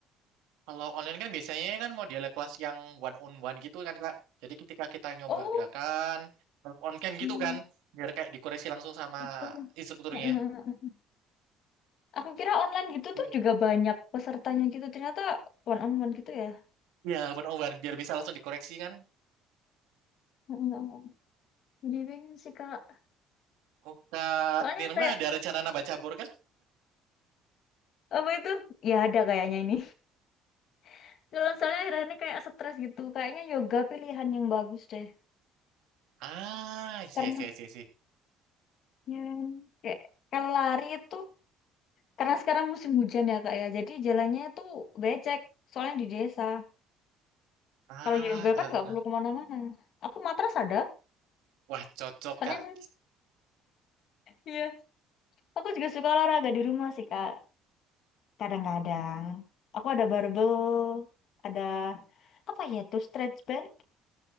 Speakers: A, on the right; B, on the left.
A: Kalau online kan biasanya kan model kelas yang one on one gitu kan Kak. Jadi ketika kita nyoba
B: Oh,
A: gerakan terus on cam
B: hmm,
A: gitu kan, biar kayak dikoreksi langsung sama
B: gitu.
A: instrukturnya.
B: Mm, mm, mm. Aku kira online gitu
A: Iya
B: tuh juga banyak pesertanya gitu. Ternyata one on one gitu ya.
A: Iya, one on one biar bisa langsung dikoreksi kan.
B: Mm, mm, mm. Jadi pengen sih Kak.
A: Oh Kak
B: Soalnya
A: Nirma
B: kayak
A: ada rencana nambah cabur kan?
B: apa itu? Ya ada kayaknya ini. <laughs> Kalau soalnya akhir-akhir ini kayak stres gitu, kayaknya yoga pilihan yang bagus deh.
A: Ah iya
B: Karena
A: iya iya iya.
B: ya, kan, kayak kalau lari itu karena sekarang musim hujan ya kak ya, jadi jalannya itu becek. Soalnya di desa.
A: Ah
B: Kalau yoga
A: eh,
B: kan
A: eh,
B: nggak perlu
A: eh.
B: kemana-mana. Aku matras ada.
A: wah cocok
B: Soalnya
A: Kak.
B: kan, iya, aku juga suka olahraga di rumah sih kak. Kadang-kadang aku ada barbel, ada apa ya tuh stretch band.